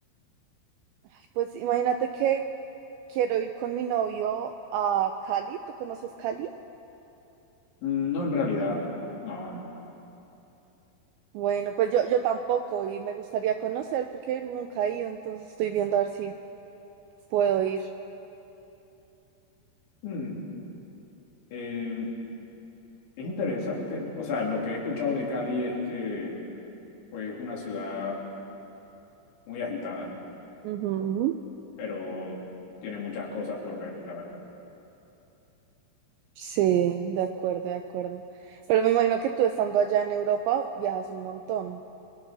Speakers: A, on the right; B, on the left.
A: Ay, Pues imagínate que quiero ir con mi novio a Cali. ¿Tú conoces Cali?
B: Mm, No, en realidad. No, no, no.
A: Bueno, pues yo, yo tampoco y me gustaría conocer porque nunca he ido, entonces estoy viendo a ver si puedo ir.
B: Mm, eh, es interesante. O sea, lo que he escuchado de Cali es que pues, es una ciudad muy agitada,
A: Ujú.
B: pero tiene muchas cosas por ver, la verdad.
A: Sí, de acuerdo, de acuerdo. Pero me imagino que tú estando allá en Europa viajas un montón.